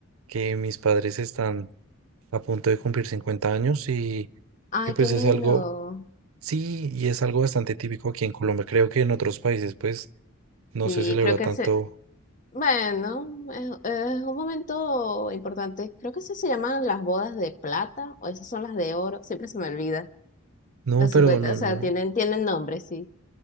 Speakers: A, on the right (about 75°); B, on the left (about 35°).
A: que mis padres están a punto de cumplir 50 años y,
B: Ay,
A: y pues
B: qué lindo.
A: es algo, sí, y es algo bastante típico aquí en Colombia. Creo que en otros países pues no
B: Sí,
A: se celebra
B: creo que
A: tanto,
B: se... Bueno, es, es un momento importante. Creo que esas se llaman las bodas de plata o esas son las de oro. Siempre se me olvida.
A: no,
B: Los
A: pero
B: 50,
A: no,
B: o sea,
A: no,
B: tienen, tienen nombre, sí.